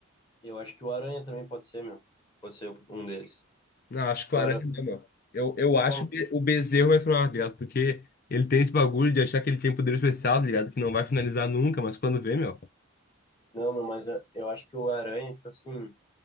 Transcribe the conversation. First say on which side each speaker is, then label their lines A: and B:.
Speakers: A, on the left; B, on the left.
A: eu acho que o aranha também pode ser, meu. Pode ser um deles.
B: Não, acho
A: Porque
B: que o
A: o
B: Aranha,
A: aranha...
B: né, meu? Eu, eu acho
A: Não,
B: que o Bezerro vai falar, tá ligado? Porque ele tem esse bagulho de achar que ele tem poder especial, tá ligado? Que não vai finalizar nunca, mas quando vê, meu.
A: não, meu, mas eu eu acho que o aranha, tipo assim.